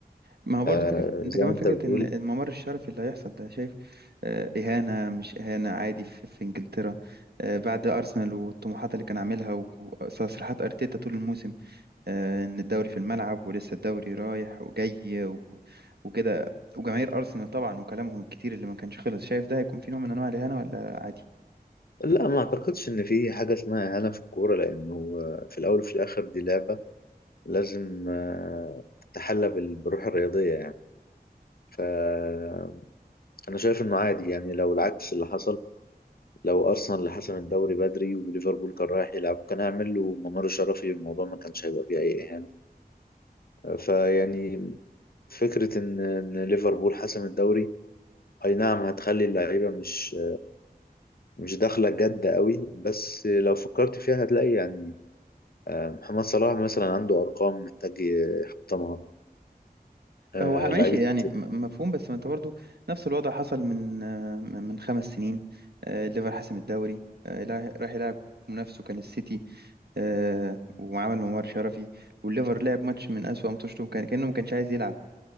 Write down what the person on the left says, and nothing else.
آه
زي
ما انت
بتقول
لا ما اعتقدش ان في حاجة اسمها اهانة في الكورة لانه آه، في الاول وفي الاخر دي لعبة لازم آه، تتحلى بال- بالروح الرياضية يعني فأنا شايف إنه عادي يعني لو العكس اللي حصل لو أرسنال اللي حسم الدوري بدري وليفربول كان رايح يلعب كان هيعمل له ممر شرفي الموضوع ما كانش هيبقى فيه أي إهانة فيعني فكرة إن إن ليفربول حسم الدوري أي نعم هتخلي اللعيبة مش مش داخلة جد قوي بس لو فكرت فيها هتلاقي يعني آه، محمد صلاح مثلا عنده أرقام محتاج يحطمها آه،
لعيبة